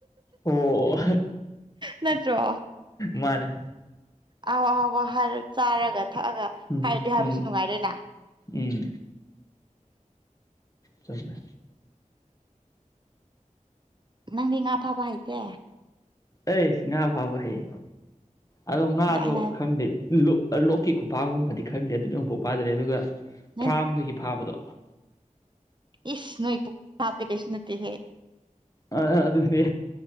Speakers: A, on the left; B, on the right.
A: ꯑꯣ
B: ꯅꯠꯇ꯭ꯔꯣ
A: ꯃꯥꯅꯦ
B: ꯑꯍꯥꯎ ꯑꯍꯥꯎꯕ ꯍꯥꯏꯔ ꯆꯥꯔꯒ ꯊꯛꯑꯒ
A: ꯎꯝ
B: ꯍꯥꯏꯔꯗꯤ ꯍꯥꯏꯕꯁꯨ
A: ꯎꯝ
B: ꯅꯨꯡꯉꯥꯏꯔꯦꯅ
A: ꯎꯝ ꯆꯨꯝꯃꯦ
B: ꯅꯪꯗꯤ ꯉꯥ ꯐꯥꯕ ꯍꯩꯇꯦ
A: ꯑꯩꯁ ꯉꯥ ꯐꯥꯕ ꯍꯩ ꯑꯗꯣ ꯉꯥꯗꯣ
B: ꯑꯗ ꯑꯩꯅ
A: ꯈꯪꯗꯦ ꯂꯣꯛ ꯂꯣꯛꯀꯤ ꯈꯨꯄꯥꯒꯨꯝꯕꯗꯤ ꯈꯪꯗꯦ ꯑꯗꯨꯗꯤ ꯑꯃꯨꯛꯐꯥꯎ ꯐꯥꯗ꯭ꯔꯤ ꯑꯗꯨꯒ
B: ꯅꯪ
A: ꯐꯥꯝꯗꯒꯤ ꯐꯥꯕꯗꯣ
B: ꯏꯁ ꯅꯣꯏ ꯈꯨꯐꯥꯗꯨꯗꯤ ꯀꯩꯁꯨ ꯅꯠꯇꯦꯅꯦ
A: ꯑ ꯑꯗꯨꯅꯦ